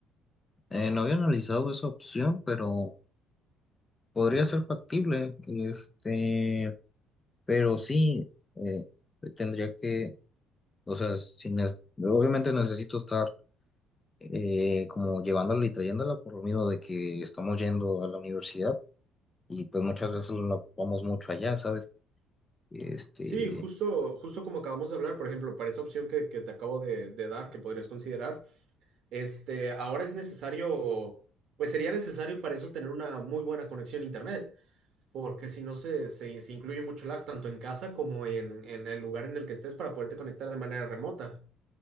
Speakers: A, on the left; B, on the right.
A: Eh, no había analizado esa opción, pero podría ser factible. Este, Pero sí, eh, tendría que, o sea, si nes- obviamente necesito estar eh, como llevándola y trayéndola por lo mismo de que estamos yendo a la universidad y pues muchas veces no vamos mucho allá, ¿sabes? Este,
B: Sí, justo, justo como acabamos de hablar, por ejemplo, para esa opción que, que te acabo de de dar, que podrías considerar. Este, ahora es necesario, pues sería necesario para eso tener una muy buena conexión a internet, porque si no se, se, se incluye mucho lag tanto en casa como en, en el lugar en el que estés para poderte conectar de manera remota